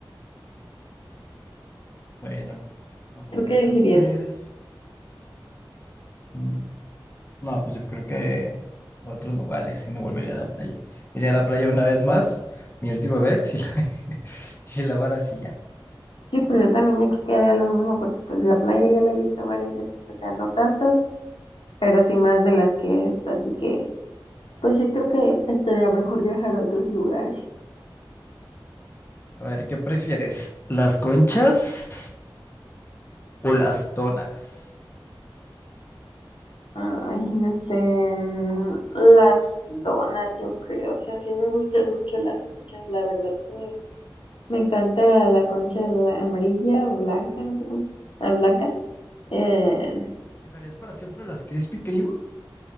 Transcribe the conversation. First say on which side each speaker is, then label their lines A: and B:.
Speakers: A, on the left; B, on the left.
A: Bueno, a ver,
B: ¿Tú qué
A: entonces...
B: elegirías?
A: mm, No, pues yo creo que a otros lugares y no volvería a la playa. Iría a la playa una vez más, mi última vez, y la, <laughs> y la ahora sí ya.
B: Sí, pues yo también yo creo que haría lo mismo, porque pues la playa ya la he visto varias veces, o sea, no tantas, pero sí más de las que es, así que pues sí creo que estaría mejor viajar a otros lugares.
A: A ver, ¿qué prefieres? ¿Las conchas o las donas?
B: Ay, no sé, mm, las donas, yo creo, o sea, sí me gustan mucho las conchas, la verdad, sí. Me encanta la concha bla- amarilla, blanca, no sé cómo se ah, blanca. Eh,
A: ¿Dejarías para siempre las Krispy Kreme?